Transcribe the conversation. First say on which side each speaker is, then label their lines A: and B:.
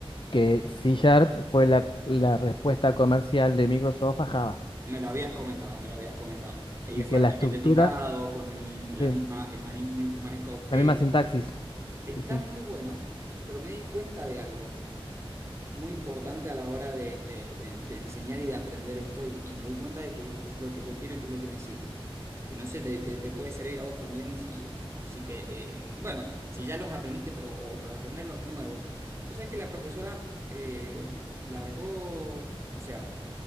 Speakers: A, on the left (about 55°); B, on the right (about 25°).
A: que C Sharp fue la, la respuesta comercial de Microsoft a Java
B: Me lo habías comentado, me lo habías comentado. Eh,
A: y
B: Y es
A: que
B: fuertemente
A: la estructura...
B: tipado, con el- la
A: sí.
B: misma, el mani- mismo manejo de objetos.
A: La misma sintaxis.
B: Está
A: Sí, sí.
B: muy bueno, pero me di cuenta de algo. muy importante a la hora de, de- de- de enseñar y de aprender esto y, y me di cuenta de que, es que es lo que yo quiero y que es lo que me sirve. Que no sé, te, te- te puede servir a vos también si, si que, eh, bueno, si ya los aprendiste, pero o para aprender los nuevos. O sea, que la profesora eh, largó, o sea,